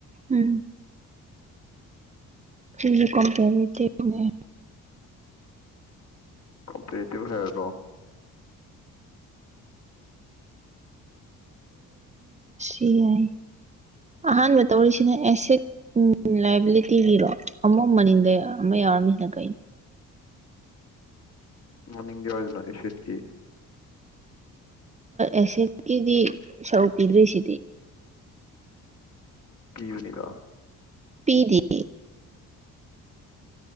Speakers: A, on the right (about 20°); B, on the left (about 50°).
A: ꯎꯝ ꯁꯤ <unintelligible> ꯅꯦ
B: ꯑꯟꯏꯟꯇꯦꯜꯂꯤꯖꯦꯕꯜ ꯍꯥꯏꯔꯗ꯭ꯔꯣ
A: ꯌꯥꯏ <unintelligible> ꯑꯍꯥꯟꯕ ꯇꯧꯔꯤꯁꯤꯅ ꯑꯦꯁꯦꯠ ꯂꯥꯏꯕꯤꯂꯤꯇꯤꯒꯤꯔꯣ ꯑꯃꯨ ꯃꯅꯤꯡꯗ ꯑꯃ ꯌꯥꯎꯔꯝꯃꯤꯁꯤꯅ ꯀꯩꯅꯣ
B: ꯃꯅꯤꯡꯡꯗꯋꯥꯖꯅ ꯑꯦꯁꯦꯠꯀꯤ
A: ꯑꯦꯁꯠꯀꯤꯗꯤ ꯁꯔꯨꯛ ꯄꯤꯗ꯭ꯔꯤꯁꯤꯗꯤ
B: ꯄꯤꯕꯅꯤꯗ
A: ꯄꯤꯗꯤ <unintelligible>